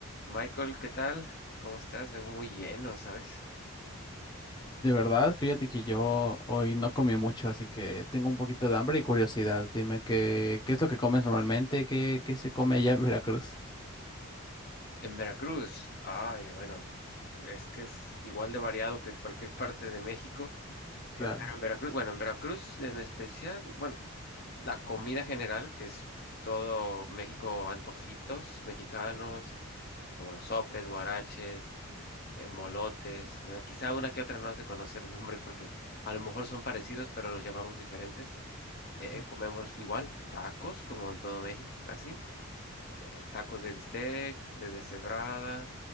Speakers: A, on the left (about 45°); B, on the left (about 20°).
A: Michael, ¿qué tal? ¿Cómo estás? Vengo muy lleno, ¿sabes?
B: De verdad, fíjate que yo hoy no comí mucho, así que tengo un poquito de hambre y curiosidad. Dime qué, qué es lo que comes normalmente, qué, qué se come allá en Veracruz.
A: En Veracruz. Ay, bueno, es que es igual de variado que en cualquier parte de México, eh,
B: Claro.
A: pero en Veracruz, bueno, en Veracruz en especial, bueno, la comida general, que es todo México, antojitos mexicanos, como los sopes, guaraches, eh, molotes, eh, quizá una que otra no has de conocer el nombre porque a lo mejor son parecidos, pero los llamamos diferentes. Eh,
B: Mm,
A: comemos igual, tacos, como en todo México, así. tacos de bistec, de deshebrada,